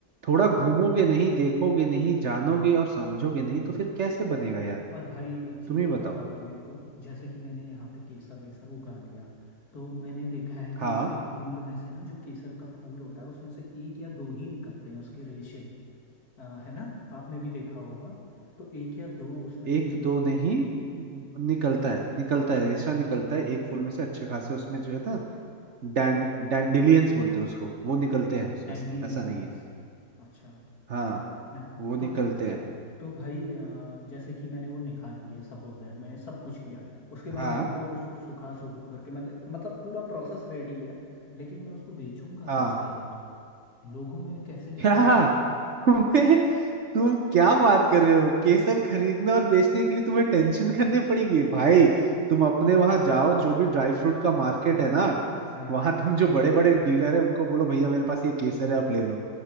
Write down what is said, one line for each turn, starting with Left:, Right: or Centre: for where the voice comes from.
Right: थोड़ा घूमोगे
Left: ठीक है
Right: नहीं देखोगे नहीं जानोगे और समझोगे नहीं तो फिर कैसे बनेगा यार
Left: और भाई एक चीज़
Right: तुम ही
Left: और
Right: बताओ
Left: बता दो मेरे को जैसे कि मैंने यहाँ पे केसर वेसर उगा लिया तो मैंने देखा है कि
Right: हाँ
Left: उसके फूल में से ना जो केसर का फूल होता है उसमें से एक या दो ही निकलते हैं उसके रेशे अ, है ना आपने भी देखा होगा तो एक या दो उसमें से
Right: एक
Left: निकल
Right: दो नहीं निकलता है निकलता है रेशा निकलता है एक फूल में से अच्छे खासे उसमें जो है ना डैं डैंडिलियंस बोलते हैं उसको वो निकलते हैं उसमें
Left: डैंडिलियंस
Right: से ऐसा नहीं है
Left: अच्छा
Right: हाँ
Left: ना
Right: वो निकलते
Left: तो
Right: हैं
Left: तो भाई अ, जैसे कि मैंने वो निकाल लिए सपोज दैट मैंने सब कुछ किया उसके बाद
Right: हाँ
Left: मेरे को उसको सुखा सुखू करके मतलब मतलब पूरा प्रोसेस रेडी है लेकिन मैं उसको बेचूंगा
Right: हाँ
Left: कैसे यार लोगों में कैसे मतलब
Right: क्या
Left: उसको
Right: तुम्हें तुम क्या बात कर रहे हो केसर खरीदने और बेचने के लिए तुम्हें टेंशन करनी पड़ेगी भाई तुम अपने वहां जाओ जो भी ड्राई फ्रूट का मार्केट है ना
Left: हाँ
Right: वहां तुम जो बड़े बड़े डीलर है उनको बोलो भैया मेरे पास ये केसर है आप ले लो